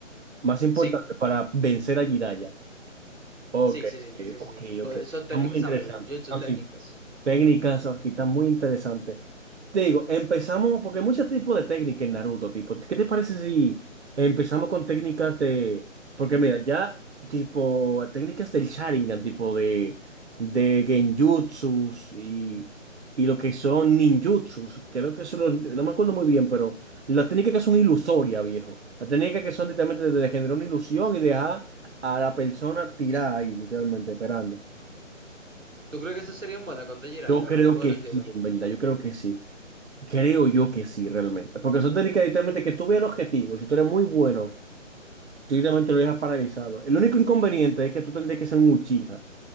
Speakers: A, on the right; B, on the right.
A: más importante
B: Sí.
A: para vencer a Jiraiya. Ok,
B: Sí, sí, sí, sí,
A: ok, ok.
B: sí. Pues
A: ok. Está
B: Son técnicas,
A: muy interesante.
B: ¿sabes? Jutsu
A: Así,
B: técnicas.
A: técnicas, aquí está muy interesante. Te digo, empezamos, porque hay muchos tipos de técnicas en Naruto, tipo, ¿qué te parece si empezamos con técnicas de, porque mira, ya, tipo, técnicas del Sharingan, tipo de, de Genjutsus y, y lo que son ninjutsus, creo que eso lo- no me acuerdo muy bien, pero las técnicas que son ilusorias, viejo, las técnicas que son literalmente de, de generar una ilusión y dejar a la persona tirada ahí, literalmente, esperando.
B: ¿Tú crees que esas serían buenas contra Jiraiya
A: Yo creo
B: o algo por
A: que
B: el estilo?
A: sí, en verdad, yo creo que sí. Creo yo que sí, realmente. Porque eso te indica directamente que tú veas el objetivo. Y Si tú eres muy bueno, tú directamente lo dejas paralizado. El único inconveniente es que tú tendrías que ser un Uchiha